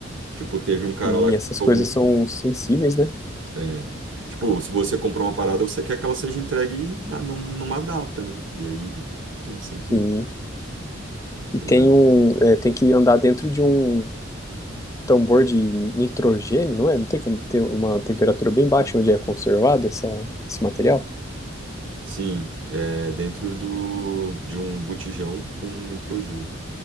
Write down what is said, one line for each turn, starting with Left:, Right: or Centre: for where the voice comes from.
Right: Tipo, teve um cara
Left: Sim,
Right: lá que
Left: essas
Right: ficou
Left: coisas
Right: muito.
Left: são sensíveis, né?
Right: é, tipo, se você comprou uma parada, você quer que ela seja entregue na, num- numa data, né? E aí, nem sempre
Left: Sim.
Right: dá.
Left: E
Right: Não
Left: tem
Right: é
Left: um, é, tem que andar dentro de um tambor de nitrogênio, não é? Não tem que ter uma temperatura bem baixa onde é conservado essa, esse material?
Right: Sim, é dentro do, de um botijão com um nitrogênio,